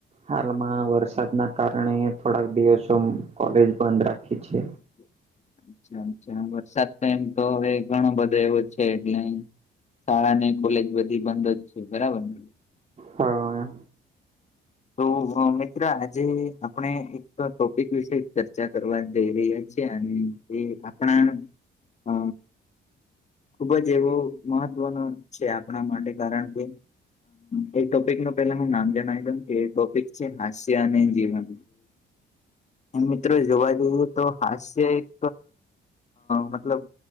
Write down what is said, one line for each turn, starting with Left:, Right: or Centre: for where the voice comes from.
Right: હાલમાં વરસાદના કારણે થોડાક દિવસો કોલેજ બંધ રાખી છે.
Left: <inaudible> છા છા વરસાદ તો એમ તો હવે ઘણો બધો એવો છે એટલે શાળા ને કોલેજ બધી બંધ જ છે બરાબર ને.
Right: હા
Left: તો હ મિત્ર આજે આપણે એક ટોપિક વિશે ચર્ચા કરવા જઈ રહ્યા છે અને એ આપણા અ ખુબ જ એવો મહત્વ નો છે આપણા માટે કારણ કે હ એ ટોપિક નું પેલા હું નામ જણાવ દઉ? એ ટોપિક છે હાસ્ય અને જીવન મિત્રો જોવા જઈએ તો હાસ્ય એક મતલબ